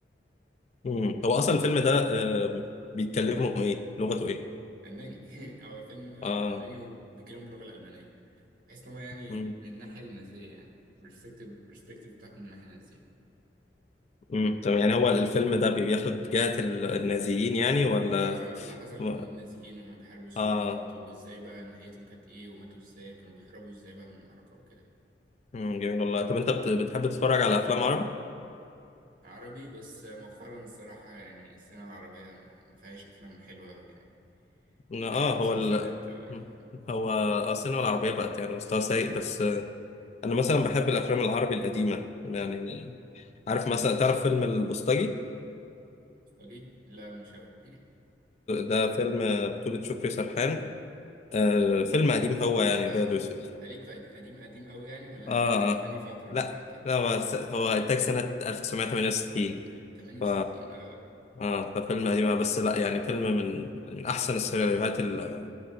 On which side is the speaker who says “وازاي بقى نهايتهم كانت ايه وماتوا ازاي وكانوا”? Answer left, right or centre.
Right